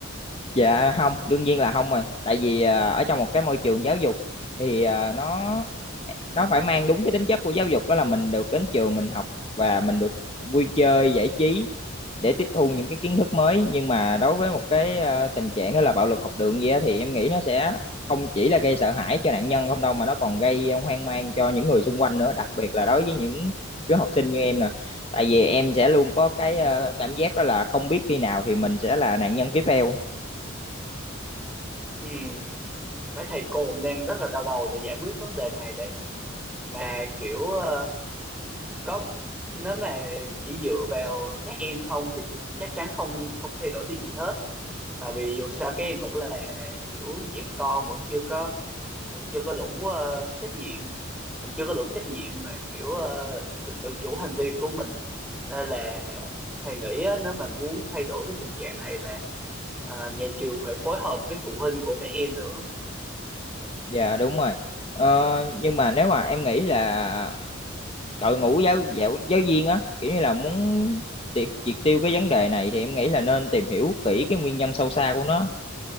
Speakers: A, on the left; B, in the centre.
A: dạ không đương nhiên là không rồi tại vì ờ, ở trong một cái môi trường giáo dục thì ờ, nó nó phải mang đúng cái tính chất của giáo dục đó là mình được đến trường mình học và mình được vui chơi giải trí để tiếp thu những cái kiến thức mới nhưng mà đối với một cái ờ, tình trạng đó là bạo lực học đường gì á thì em nghĩ nó sẽ không chỉ là gây sợ hãi cho nạn nhân không đâu mà nó còn gây ờ, hoang mang cho những người xung quanh nữa đặc biệt là đối với những đứa học sinh như em nè tại vì em sẽ luôn có cái ờ, cảm giác đó là không biết khi nào thì mình sẽ là nạn nhân tiếp theo
B: Ừ, mấy thầy cô cũng đang rất là đau đầu để giải quyết vấn đề này đây. Mà kiểu ờ, có nếu mà chỉ dựa vào các em không thì chắc chắn không không thay đổi được gì hết. Tại vì dù sao các em vẫn là kiểu trẻ con vẫn chưa có mình chưa có đủ ờ, trách nhiệm mình chưa có đủ trách nhiệm mà kiểu ờ, được tự chủ hành vi của mình nên là thầy nghĩ á, nếu mà muốn thay đổi cái tình trạng này là ờ, nhà trường phải phối hợp với phụ huynh của các em nữa
A: dạ đúng rồi Ờ, nhưng mà nếu mà em nghĩ là đội ngũ giáo giáo giáo viên á kiểu như là muốn triệt triệt tiêu cái vấn đề này thì em nghĩ là nên tìm hiểu kỹ cái nguyên nhân sâu xa của nó